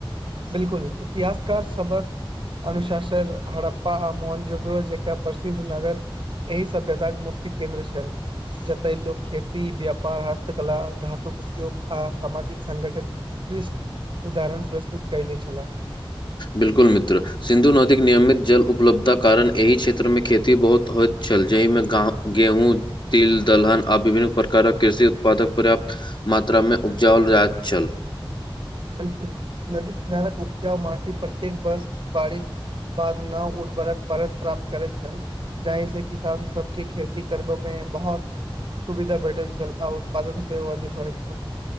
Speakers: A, on the right; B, on the left.
A: बिलकुल, इतिहासकार सभक अनुशासन हड़प्पा आ मोहन जोंद्रो जेका प्रसिद्ध नगर एहि सभ्यताके मुख्य केन्द्र छल। जतय लोक खेती, व्यापार, हस्तकला, धातुक उपयोग आ सामाजिक संगठन उत्कृष्ट उदाहरण प्रस्तुत कयने छलाह।
B: बिलकुल मित्र। सिन्धु नदीके नियमित जल उपलब्धताक कारण एहि क्षेत्रमे खेती बहुत होइत छल जाहिमे गाँव गेहूँ तिल, दलहन आर विभिन्न प्रकारक कृषि उत्पादक पर्याप्त मात्रामे उपजाओल जाइत छल।
A: बिलकुल नदी किनारक उपजाउ माटी प्रत्येक बस बाढिक बाद नव उर्वरक परत प्राप्त करैत छल जाहि से किसान सबके खेती करबमे बहुत सुविधा भेटल छल आ उत्पादन सेहो अधिक होई छल